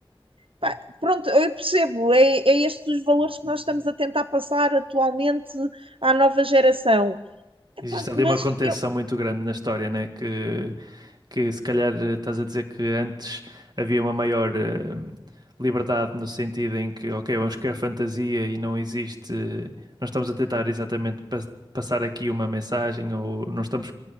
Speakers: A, on the right; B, on the right.
A: Pá, Pronto, eu percebo, é, é estes os valores que nós estamos a tentar passar atualmente à nova geração. Epá,
B: Existe ali
A: mas
B: uma contenção
A: eu,
B: muito grande na história, né? Que, que se calhar eh, estás a dizer que antes havia uma maior eh, liberdade no sentido em que, ok, vamos criar fantasia e não existe, não estamos a tentar exatamente pas- passar aqui uma mensagem ou não estamos